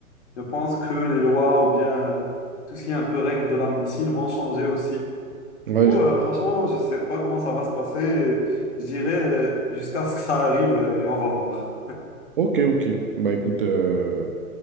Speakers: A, on the left; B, on the right.
A: je pense que les lois ou bien euh, tout ce qui est un peu règles de la médecine vont changer aussi.
B: Ouais,
A: Du coup,
B: je-
A: euh, franchement, je ne sais pas comment ça va se passer. Je dirais euh, jusqu'à ce que ça arrive euh, et on va voir.
B: Ok, ok. Bah écoute, euh,